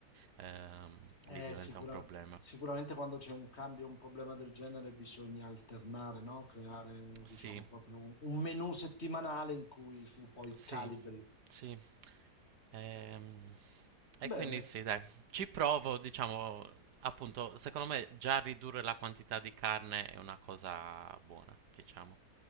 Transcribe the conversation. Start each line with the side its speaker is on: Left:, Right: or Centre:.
Right: ehm,
Left: Eh,
Right: lì diventa
Left: sicura-
Right: un problema.
Left: sicuramente quando c'è un cambio, un problema del genere, bisogna alternare, no? Creare,
Right: Sì,
Left: diciamo, proprio un, un menù settimanale in cui tu poi
Right: sì,
Left: calibri.
Right: sì. Ehm, e
Left: Bene,
Right: quindi sì, dai, ci provo, diciamo, appunto, secondo me già ridurre la quantità di carne è una cosa buona, diciamo.